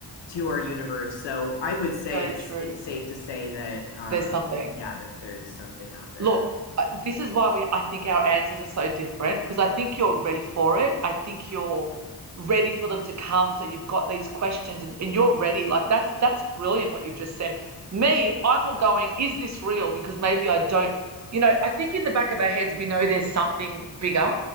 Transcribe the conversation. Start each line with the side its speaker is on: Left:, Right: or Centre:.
Left: to our universe so i would say
Right: Very
Left: it's
Right: true.
Left: it's safe to say that um
Right: There's something.
Left: yeah that there's something out there
Right: Look, uh, this is why we I think our answers are so different because I think you're ready for it. I think you're ready for them to come. So you've got these questions and, and you're ready. Like that's that's brilliant what you've just said. Me, I'm all going, is this real? Because maybe I don't you know, I think in the back of our heads we know there's something bigger,